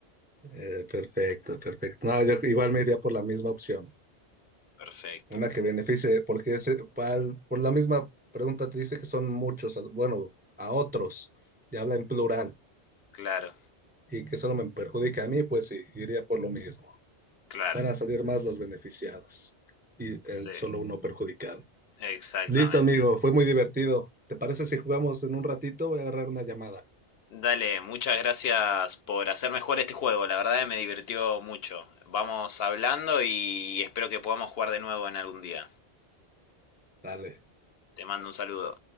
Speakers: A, on the right; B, on the left.
A: Eh, perfecto, perfecto. No, yo igual me iría por la misma opción.
B: Perfecto,
A: Una que beneficie, porque ese- pal- por la misma pregunta te dice que son muchos, a- bueno, a otros, y habla en plural,
B: claro,
A: y que solo me perjudica a mí, pues sí, iría por lo mismo.
B: claro,
A: Van a salir más los beneficiados y eh,
B: sí,
A: solo uno perjudicado.
B: exactamente.
A: Listo, amigo, fue muy divertido. ¿Te parece si jugamos en un ratito? Voy a agarrar una llamada.
B: Dale, muchas gracias por hacerme jugar este juego, la verdad que me divirtió mucho. Vamos hablando y espero que podamos jugar de nuevo en algún día.
A: Dale.
B: Te mando un saludo.